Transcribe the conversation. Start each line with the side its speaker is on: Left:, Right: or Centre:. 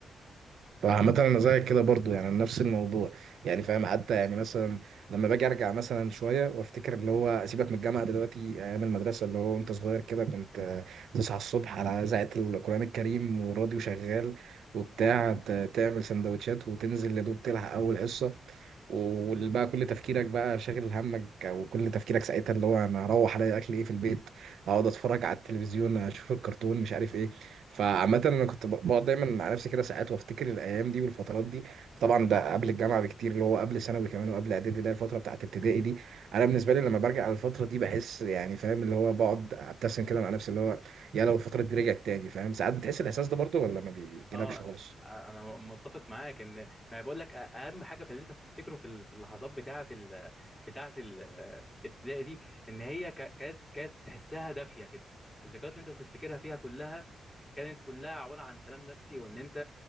Right: فعامة أنا زيك كده برضو يعني نفس الموضوع يعني فاهم حتى يعني مثلا لما باجي أرجع مثلا شوية وأفتكر اللي هو سيبك من الجامعة دلوقتي أيام المدرسة اللي هو وأنت صغير كده كنت آه، تصحى الصبح على إذاعة القرآن الكريم والراديو شغال وبتاع ت- تعمل سندوتشات وتنزل يا دوب تلحق أول حصة وبقى كل تفكيرك بقى شاغل همك وكل تفكيرك ساعتها اللي هو انا هروح الاقي اكل ايه في البيت اقعد اتفرج على التلفزيون اشوف الكرتون مش عارف ايه فعامة أنا كنت ب- بقعد دايما مع نفسي كده ساعات وأفتكر الأيام دي والفترات دي طبعا ده قبل الجامعة بكتير اللي هو قبل ثانوي كمان وقبل إعدادي اللي هي الفترة بتاعت ابتدائي دي أنا بالنسبة لي لما برجع على الفترة دي بحس يعني فاهم اللي هو بقعد أبتسم كده مع نفسي اللي هو يا لو الفترة دي رجعت تاني فاهم ساعات بتحس الإحساس ده برضه ولا ما بيجيلكش
Centre: اه
Right: خالص
Centre: انا أنا متفق معاك ان ما بقول لك اهم حاجه في اللي انت بتفتكره في ال- في اللحظات بتاعه ال... بتاعه الابتدائي دي ان هي ك- كانت كانت تحسها دافيه كده الذكريات اللي انت بتفتكرها فيها كلها كانت كلها عباره عن سلام نفسي وان انت